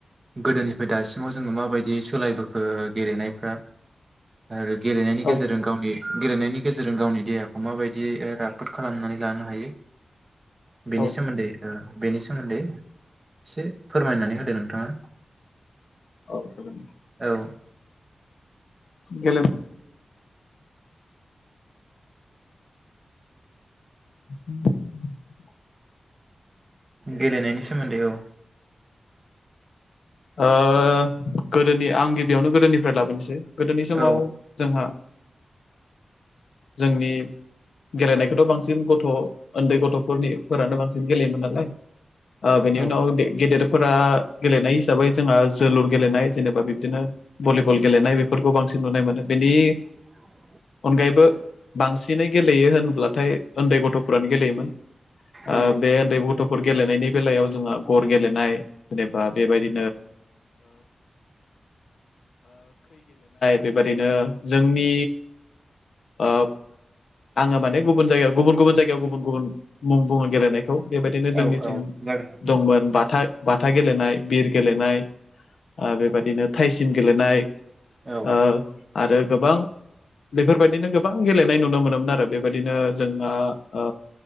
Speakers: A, on the right; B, on the left.
A: गोदोनिफ्राय दासिमाव जों माबायदि सोलायबोखो गेलेनायफ्रा आरो गेलेनायनि
B: औ
A: गेजेरजों गावनि गेलेनायनि गेजेरजों गावनि देहाखौ माबायदि ओ राफोद खालामनानै लानो हायो बेनि
B: औ
A: सोमोन्दै ओ बेनि सोमोन्दै एसे फोरमायनानै होदो नोंथाङा।
B: औ जागोन दे।
A: औ।
B: गेलेनाय <inaudible>
A: गेलेनायनि सोमोन्दै औ।
B: ओ गोदोनि आं गिबियावनो गोदोनिफ्राय लाबोनोसै। गोदोनि समाव
A: औ
B: जोंहा जोंनि गेलेनायखौथ' बांसिन गथ' उन्दै गथ'फोरनि फोरानो बांसिन गेलेयोमोन नालाय। बेनि
A: औ
B: उनाव गेदेरफोरा गेलेनाय हिसाबै जोंहा जोलुर गेलेनाय जेनेबा बिब्दिनो भलिबल गेलेनाय बेफोरखौ बांसिन नुनाय मोनो बेनि
A: <inaudible>
B: अनगायैबो बांसिनै गेलेयो होनब्लाथाय उन्दै गथ'फोरानो गेलेयोमोन। ओ
A: औ
B: बे उन्दै गथ'फोर गेलेनायनि बेलायाव जोंहा गर गेलेनाय जेनेबा बेबादि बेबादिनो जोंनि ओब आङो माने गुबुन जायगायाव गुबुन गुबुन जायगायाव गुबुन गुबुन मुं बुङो गेलेनायखौ बेबायदिनो
A: औ
B: जोंनिथिं
A: औ जागोन नोंथां
B: दंमोन बाथा बाथा गेलेनाय बिर गेलेनाय ओ बेबादिनो थाइसिम गेलेनाय
A: औ
B: ओ आरो गोबां बेफोरबादिनो गोबां गेलेनाय नुनो मोनोमोन आरो। बेबायदिनो जों आ औ